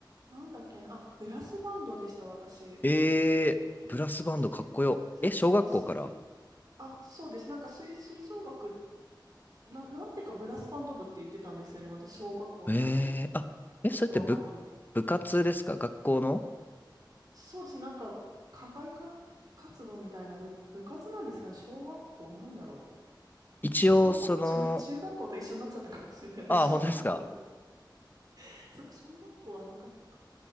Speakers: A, on the right; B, on the left.
A: なんだっけな。あ、ブラスバンドでした、私。
B: えー、ブラスバンドかっこよ。
A: 吹、吹、
B: え、小学校から
A: まあ、吹、あ、そうです。なんか吹、吹奏楽っな、なんていうかブラスバンド部って言ってたんですよね、私、小学校の時。
B: えー、あ、え、
A: なぜかわかんないんですけど。
B: それって部、部活ですか学校の
A: そうです、なんか、課外か活動みたいな部、部活なんですかね、小学校、なんだろう。
B: 一応、
A: あ、小学校、
B: その、
A: ちょ、待って、中学校と一緒になっちゃったかもしれないです。
B: ああ、
A: 小学校、
B: 本当ですか
A: <laughs> そっか、小学校はなかったかも。